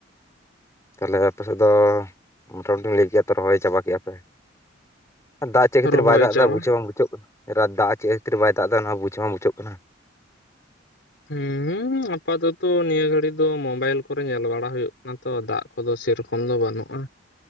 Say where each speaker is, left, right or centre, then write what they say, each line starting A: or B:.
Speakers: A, on the left (about 15°); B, on the left (about 65°).
A: ᱛᱟᱦᱚᱞᱮ ᱟᱯᱮ ᱥᱮᱫ ᱫᱚ ᱢᱳᱴᱟᱢᱩᱴᱤ ᱞᱟᱹᱭ ᱠᱮᱜᱟ ᱛᱚ ᱨᱚᱦᱚᱭ ᱪᱟᱵᱟ ᱠᱮᱫᱮᱜᱼᱟ ᱯᱮ ᱾ ᱫᱟᱜ ᱪᱮᱫ ᱠᱷᱟᱹᱛᱤᱨ
B: ᱨᱚᱦᱚᱭ
A: ᱵᱟᱭ ᱫᱟᱜ
B: ᱪᱟᱵᱟ
A: ᱫᱟ ᱵᱩᱡᱷᱟᱹᱣ ᱦᱚᱵᱟᱝ ᱵᱩᱡᱷᱟᱹᱜ ᱠᱟᱱᱟ᱾ ᱫᱟᱜ ᱪᱮᱫ ᱠᱷᱟ. ᱛᱤᱨ ᱵᱟᱭ ᱫᱟᱜ ᱫᱟ ᱱᱚᱣᱟ ᱵᱩᱡᱷᱟᱹᱣ ᱦᱚᱵᱟᱝ ᱵᱩᱡᱷᱟᱹᱜ ᱠᱟᱱᱟ᱾
B: ᱦᱩᱸ ᱦᱩ ᱟᱯᱟᱫᱚᱛᱚ ᱱᱤᱭᱟᱹ ᱜᱷᱟᱹᱲᱤ ᱫᱚ ᱢᱳᱵᱟᱭᱤᱞ ᱠᱚᱨᱮ ᱧᱮᱞ ᱵᱟᱲᱟ ᱦᱩᱭᱩᱜ ᱠᱟᱱᱟ ᱛᱚ ᱫᱟᱜ ᱠᱚᱫᱚ ᱥᱮᱨᱚᱠᱚᱢ ᱫᱚ ᱵᱟᱹᱱᱩᱜᱼᱟ